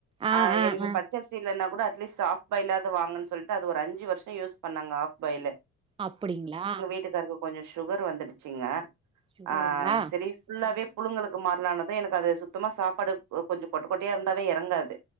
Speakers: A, on the right (about 20°); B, on the right (about 80°).
A: ஆ,
B: ஆஹ்
A: ஆ,
B: எனக்கு
A: ஆ.
B: பச்சரிசி இல்லன்னா கூட அட்லீஸ்ட் ஆப் பாய்லாது வாங்கன்னும் சொல்லிட்டு அது ஒரு அஞ்சு வருஷம் யூஸ் பண்னேன்ங்க ஆஃப் பாய்லு
A: அப்படிங்களா
B: வீட்டுக்காருக்கு கொஞ்சோம் சுகர் வந்துடுச்சுங்க
A: சுகருங்களா?
B: ஆஹ் சேரி புல்லாவே
A: ஆ.
B: புழுங்களுக்கு மாறலான பாத்தா எனக்கு அது சுத்தமா சாப்பாடு கொஞ்சம் கொட்ட கொட்டையா இருந்தாவே எறங்காது